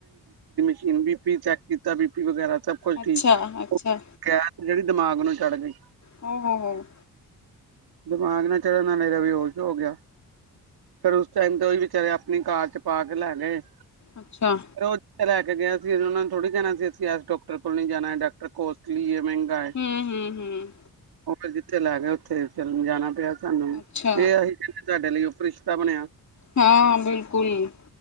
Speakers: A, on the right; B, on the left.
A: ਸੀਨ ਬੀ ਪੀ ਚੈੱਕ ਕੀਤਾ ਬੀ ਪੀ ਵਗੈਰਾ, ਸਭ ਕੁਛ
B: ਅੱਛਾ
A: ਠੀਕ
B: ਅੱਛਾ
A: ਉਹ ਗੈਸ ਜਿਹੜੀ ਦਿਮਾਗ ਨੂੰ ਚੜ ਗਈ।
B: ਹੋ ਹੋ ਹੋ
A: ਦਿਮਾਗ ਨਾਲ ਚੜ ਨਾਲੇ ਰਾ ਵੀ ਹੋਸ਼ ਹੋ ਗਿਆ ਫੇਰ ਉਸ ਟਾਈਮ ਤੇ ਵੀ ਵਿਚਾਰੇ ਆਪਣੀ ਕਾਰ ਚ ਪਾ ਕੇ ਲੈ ਗਏ।
B: ਅੱਛਾ,
A: ਫਿਰ ਉਹ ਜਿੱਥੇ ਲੈ ਕੇ ਗਿਆ ਸੀ ਉਹਨਾਂ ਨੂੰ ਥੋੜੀ ਕਹਿਣਾ ਸੀ ਅਸੀਂ ਇਸ ਡਾਕਟਰ ਕੋਲ ਨੀ ਜਾਣਾ ਹੈ ਡਾਕਟਰ ਕੋਲ ਕੀ ਐ। ਮਹਿੰਗਾ ਹੈ
B: ਹੂੰ ਹੂੰ ਹੂੰ
A: ਉਹ ਜ ਲੈ ਗਿਆ ਉੱਥੇ, ਚਲ ਜਾਣਾ ਪਿਆ। ਸਾਨੂੰ
B: ਅੱਛਾ
A: ਇਹ ਅਸੀ, ਸਾਡੇ ਲਈ ਉਹ ਪ੍ਰੀਸ਼ਤਾ ਬਣਿਆ।
B: ਹਾਂ ਬਿਲਕੁਲ,